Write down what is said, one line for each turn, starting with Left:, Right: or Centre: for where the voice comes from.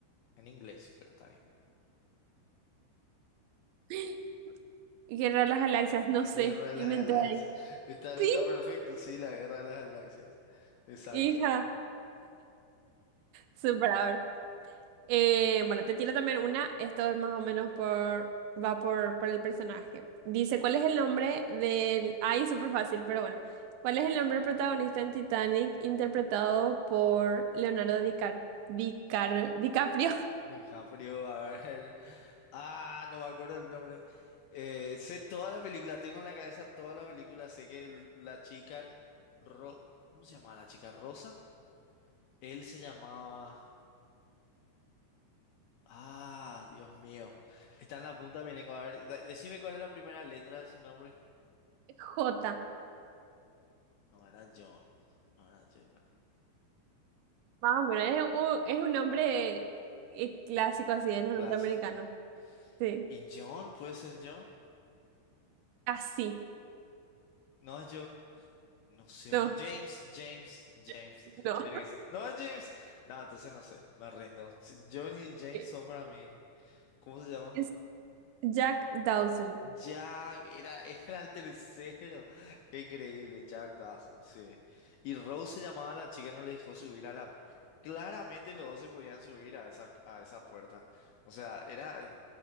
Left: En inglés, pero está ahí.
Right: <gasps> Guerra de las Galaxias, no sé.
Left: Guerra de
Right: Inventé.
Left: las Galaxias. <laughs> Está,
Right: Sí,
Left: está perfecto, sí, la Guerra de las Galaxias. Exacto.
Right: Hija, súper, a ver. Eh, bueno, te tiro también una. Esto es más o menos por. Va por, por el personaje. Dice, ¿cuál es el nombre del. Ay, súper fácil, pero bueno. ¿Cuál es el nombre del protagonista en Titanic interpretado por Leonardo DiCar... Dicar... DiCaprio?
Left: DiCaprio, a ver. Ah, no me acuerdo el nombre. Eh, sé toda la película, tengo en la cabeza toda la película. Sé que el- la chica. Ro- ¿Cómo se llamaba la chica? ¿Rosa? Él se llamaba. Ah, Dios mío. Está en la punta de mi lengua. A ver, da- decime cuál es la primera letra de su nombre.
Right: <laughs> J.
Left: No era John. No era John.
Right: Más o menos. Es un, es un nombre eh, clásico así de los
Left: Clásico.
Right: norteamericanos. Sí.
Left: ¿Y John? ¿Puede ser John?
Right: Casi.
Left: No es John, no sé,
Right: No,
Left: bu- James, James, James.
Right: <laughs> no.
Left: ¿Tienes? No es No, James. No, entonces no sé, me rindo. Si- John y James
Right: Ok.
Left: son para mí. ¿Cómo se llama?
Right: Es Jack Dawson.
Left: Jack, era, <laughs> era el tercero. Qué increíble, Jack Dawson, sí. Y Rose se llamaba la chica, no le dejó subir a la... Claramente los dos se podían subir a esa, a esa puerta. O sea, era...